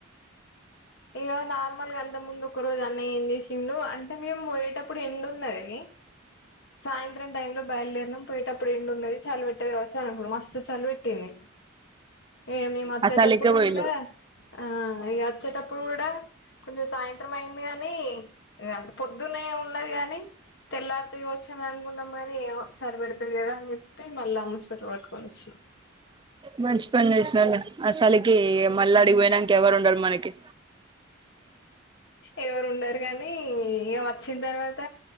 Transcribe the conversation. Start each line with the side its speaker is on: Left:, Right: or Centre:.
Left: ఇక నార్మల్గా అంత ముందు ఒక రోజు అన్న ఏం చేసిండు అంటే మేము పోయేటప్పుడు ఎండు ఉంది అదిది సాయంత్రం టై లో బయలుదేరనం పోయేటప్పుడు ఏండు ఉన్నది చలి పెెట్టేది కావచ్చు అనుకో మస్తు చలి పెెట్టింది ఏ మేము వచ్చేటప్పుడు
Right: ఆ చలికే పోయిళ్ళు
Left: కూడా ఆ ఇ వచ్చేటప్పుడు అప్పుడు కూడా కొంచెం సాయంత్రం అయింది గానీ అంటే పొద్దున్న ఉన్నది కాగానీ ఎల్లతోయ వచ్చన అ కానీ ఏమో చరిపడతంది కదా అని చెప్పి మళ్ళ అమ పెట పట్టుొని వచ్చినాం
Right: మంచి పని చేసిన అసలుకి మళ్ళా అడిపోయినాక ఎవరు ఉండరుి మనకి
Left: ఎవరు ఉన్నారురు కాగానీ ఇక వచ్చిన తర్వాత